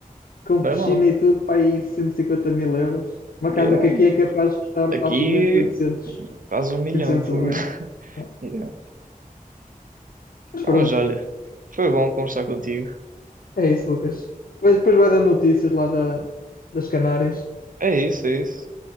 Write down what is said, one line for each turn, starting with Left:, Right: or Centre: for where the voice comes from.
Left: Com
Right: não
Left: piscina
Right: é mal.
Left: e tudo, para aí 150 mil euros. Uma
Right: Yeah.
Left: casa que aqui é capaz de custar
Right: Aqui,
Left: facilmente 800,
Right: quase um milhão,
Left: 800
Right: fogo.
Left: um milhão.
Right: <laughs>
Left: Yeah.
Right: Yeah.
Left: Mas
Right: Pá,
Left: pronto,
Right: mas olha, foi bom conversar contigo.
Left: é isso, Lucas. Depois, depois vai dar notícias lá da, das Canárias.
Right: É isso, é isso.